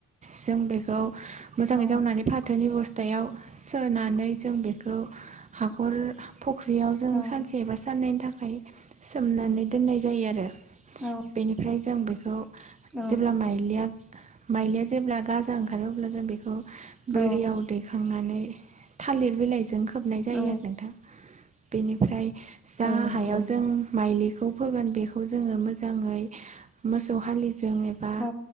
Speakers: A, on the right; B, in the centre.
A: जों बेखौ मोजाङै
B: औ
A: जावनानै फाथोनि बुस्था थायाव सोनानै जों बेखौ हाखर फख्रियाव जों
B: औ
A: सानसेबा साननैनि थाखाय सोमनानै दोननाय जायो आरो
B: औ
A: बेनिफ्राय जों बेखौ
B: औ
A: जेब्ला माइलिया माइलिया जेब्ला गाजा ओंखारो अब्ला जों बेखौ
B: औ
A: बोरियाव दैखांनानै थालिर बिलाइजों खोबनाय जायो
B: औ
A: आरो नोंथां बेनिफ्राय जा
B: औ नंगौ
A: हायाव जों माइलिखौ फोगोन बेखौ जोङो मोजाङै मोसौ हालि जों एबा
B: औ